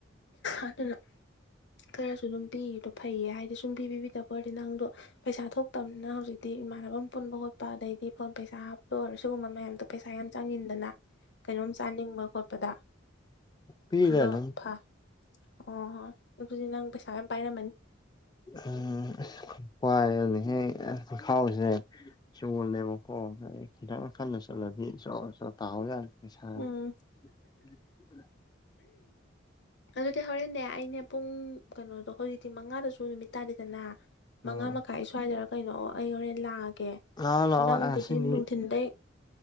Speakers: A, on the left (about 65°); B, on the left (about 20°).
A: ꯑꯗꯨꯔꯣ ꯈꯔꯁꯨ ꯑꯗꯨꯝ ꯄꯤꯗꯣ ꯐꯩꯌꯦ ꯍꯥꯏꯗꯤ ꯁꯨꯡꯄꯤꯄꯤꯕꯤꯗꯕ ꯑꯣꯏꯔꯗꯤ ꯅꯪꯗꯣ ꯄꯩꯁꯥ ꯊꯣꯛꯇꯕꯅꯤꯅ ꯍꯧꯖꯤꯛꯇꯤ ꯏꯃꯥꯟꯅꯕꯝ ꯄꯨꯟꯕ ꯈꯣꯠꯄ ꯑꯗꯩꯗꯤ ꯐꯣꯟ ꯄꯩꯁꯥ ꯍꯥꯞꯄ ꯑꯣꯏꯔꯁꯨ ꯁꯤꯒꯨꯝꯕ ꯃꯌꯥꯝꯗꯣ ꯄꯩꯁꯥ ꯌꯥꯝ ꯆꯪꯉꯤꯅꯤꯗꯅ ꯀꯩꯅꯣꯝ ꯆꯥꯅꯤꯡꯕ ꯈꯣꯠꯄꯗ
B: ꯄꯤꯔ
A: ꯑꯗꯣ
B: ꯑꯗꯨꯝ
A: ꯐꯥ ꯑꯣ ꯑꯣ ꯑꯗꯨꯗꯤ ꯅꯪ ꯄꯩꯁꯥ ꯌꯥꯝ ꯄꯥꯏꯔꯝꯃꯅꯤ
B: ꯎꯝ ꯑꯁ ꯄꯥꯏꯌꯦꯅꯦꯍꯦ ꯑꯥ ꯄꯤꯈꯥꯎꯁꯦ ꯁꯣꯜꯂꯦꯕꯀꯣ ꯈꯤꯇꯪ ꯀꯟꯅ ꯆꯠꯂꯗꯤ ꯖꯣ ꯖꯣ ꯇꯍꯧꯖꯠꯅꯤ ꯄꯩꯁꯥ
A: ꯎꯝ
B: <inaudible>
A: ꯑꯗꯨꯗꯤ ꯍꯣꯔꯦꯟꯅꯦ ꯑꯩꯅꯦ ꯄꯨꯡ ꯀꯩꯅꯣꯗꯣ ꯍꯧꯖꯤꯛꯇꯤ ꯃꯉꯥꯗꯁꯨ ꯅꯨꯃꯤꯠ ꯇꯥꯔꯦꯗꯅ
B: ꯎꯝ
A: ꯃꯉꯥ ꯃꯈꯥꯏ ꯁ꯭ꯋꯥꯏꯗꯔ ꯀꯩꯅꯣ ꯑꯩ ꯍꯣꯔꯦꯟ ꯂꯥꯛꯑꯒꯦ
B: ꯂꯥꯛꯑꯣ ꯂꯥꯛꯑꯣ
A: ꯅꯪꯕꯨꯗꯤ
B: ꯑꯁꯤꯅꯤ
A: ꯅꯨꯡꯊꯤꯟꯗꯩ